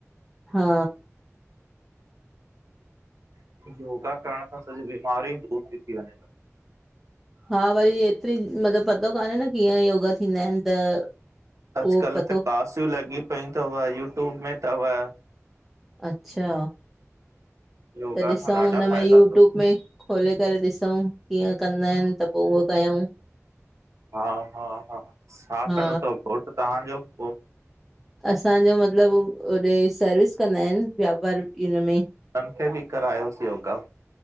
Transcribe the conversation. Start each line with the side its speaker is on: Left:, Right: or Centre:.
Centre: हा।
Right: योगा करण सां सॼी बीमारि ई दूर ती थी वंञें।
Centre: हा वरी एतरी, मतलब पतो कान्हे न कीअं योगा थींदा हिन त उहो
Right: अॼुकल्ह
Centre: पतो
Right: त क्लासियूं लॻी पयूं थव, यूट्यूब में तव।
Centre: अच्छा।
Right: योगा
Centre: त ॾिसऊँ
Right: खां ॾाढा
Centre: हुन
Right: फ़ाइदा
Centre: में यूट्यूब
Right: अथव
Centre: में खोले करे ॾिसऊँ कीअं कंदा हिन त पो ऊहो कयंउं।
Right: हा- हा- हा, छा
Centre: हा
Right: कंदो तव घोटु तहांजो पो?
Centre: असांजो मतलब होॾे सर्विस कंदा हिन व्यापार हिनमें
Right: उन खे बि करायोस योगा